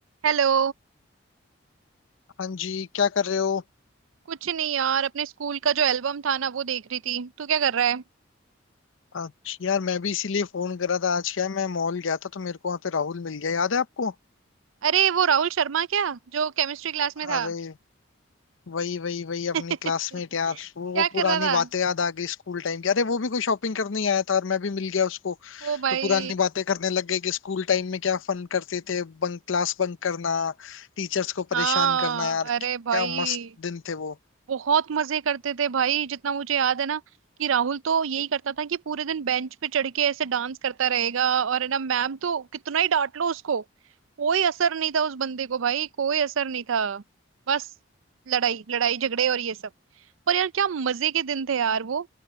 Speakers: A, on the right; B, on the left.
A: Hello
B: हाँ जी क्या कर रहे हो
A: कुछ नहीं यार अपने स्कूल का जो एल्बम था ना वो देख रही थी तू क्या कर रहा है
B: अच्छा यार मैं भी इसीलिए फोन कर रहा था आज क्या है मैं मॉल गया था तो मेरे को वहां पे राहुल मिल गया याद है आपको
A: अरे वो राहुल शर्मा क्या जो केमिस्ट्री क्लास में था
B: अरे वही वही वही
A: <laughs>
B: अपनी क्लासमेट यार वो
A: क्या
B: वो
A: कर
B: पुरानी
A: रहा था
B: बातें याद आ गई स्कूल टाइम की अरे वो भी कोई शॉपिंग करने ही आया था और मैं भी मिल गया उसको
A: ओ भाई
B: तो पुरानी बातें करने लग गए कि स्कूल टाइम में क्या फन करते थे बंक क्लास बंक करना टीचर्स को
A: हाँ
B: परेशान करना यार
A: अरे
B: क्या
A: भाई
B: मस्त दिन थे वो
A: बहुत मजे करते थे भाई जितना मुझे याद है ना कि राहुल तो यही करता था कि पूरे दिन बेंच पे चढ़ के ऐसे डांस करता रहेगा और है ना मैम तो कितना ही डांट लो उसको कोई असर नहीं था उस बंदे को भाई कोई असर नहीं था बस लड़ाई लड़ाई झगड़े और ये सब पर यार क्या मजे के दिन थे यार वो